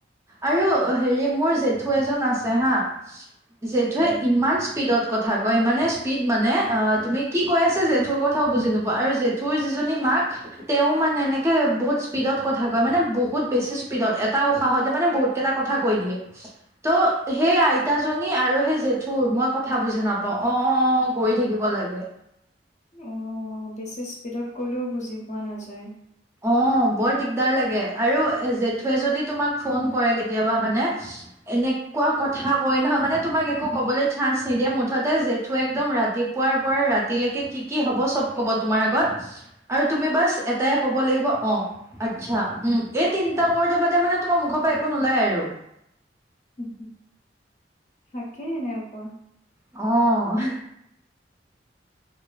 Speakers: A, on the right; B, on the left.
A: আৰু হেৰি মোৰ জেঠু, এজন আছে হা জঠুৱে
B: উম।
A: ইমান স্পীডত কথা কোৱা ইমানেই স্পীড মানে অ তুমি কি কৈ আছ জেঠুৰ কথাও বুজি নবোৱা। আৰু জেঠুৰ যিজনী মাক তেওঁ মানে এনেকে বহুত স্পীডত কথা কয় মানে বহুত বেছি। স্পীডত এটা উশাহতে মানে বহুত কেইটা কথা কৈ দিয়ে। ত' সেই আইতাজী, আৰু সেই জেঠুৰ, মই কথা বুজি নাপাও অ কৰি থাকিব লাগে।
B: অ বেছি স্পীডত ক'লেও বুজি পোৱা নাযায়।
A: অ বৰ দিগদাৰ লাগে আৰু জেঠুৱে যদি তোমাক ফোন কৰে কেতিয়াবা মানে এনেকুৱা কথা কয় নহয় মানে তোমাক একো কবলৈ চান্স নিদিয়ে মুঠতে জেঠুৱে একদম ৰাতি পুৱোৱাৰ পৰা ৰাতিলৈকে কি কি হ'ব চব ক'ব তোমাৰ আগত আৰু তুমি বাছ এটাই কব লাগিব অ আচ্ছা উম এই তিনিটা ওৰ ব মানে তোমাৰ মুখৰ পৰা একো নোলাই আৰু
B: উম <unintelligible> থাকে এনেকুৱা।
A: অঁ <unintelligible>